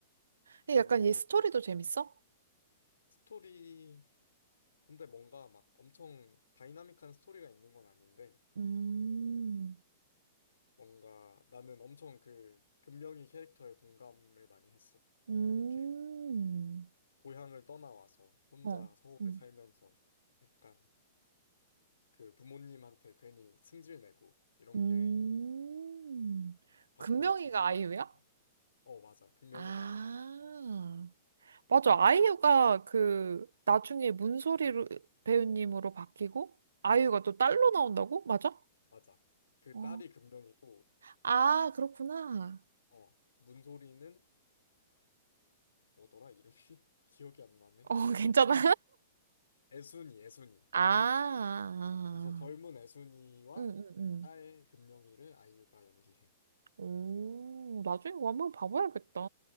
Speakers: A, on the left; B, on the right.
A: 그리고
B: 근데 약간 얘 스토리도 재밌어?
A: 스토리 근데 뭔가 막 엄청 다이나믹한 스토리가 있는 건 아닌데
B: 음,
A: 뭔가 나는 엄청 그 금명이 캐릭터에 공감을 많이 했어.
B: 음,
A: 이렇게 고향을 떠나와서 혼자
B: 어,
A: 서울에
B: 음,
A: 살면서 약간 그 부모님한테 괜히 승질내고 이런
B: 음.
A: 게 다
B: 금명이가
A: 그렇잖아.
B: 아이유야?
A: 음. 어, 맞아. 금명이가
B: 아.
A: 아이.
B: 맞아. 아이유가 그 나중에 문소리로 배우님으로 바뀌고 아이유가 또 딸로 나온다고? 맞아?
A: 맞아. 그
B: 어.
A: 딸이 금명이고
B: 아, 그렇구나.
A: 어, 문소리는 뭐더라 이름이? <laughs> 기억이 안 나네.
B: 어, <laughs> 괜찮아.
A: 애순이, 애순이.
B: 아.
A: 그래서 젊은 애순이와
B: 응, 응, 응.
A: 딸 금명이를 아이유가 연기해.
B: 오, 나중에 이거 한번 봐봐야겠다.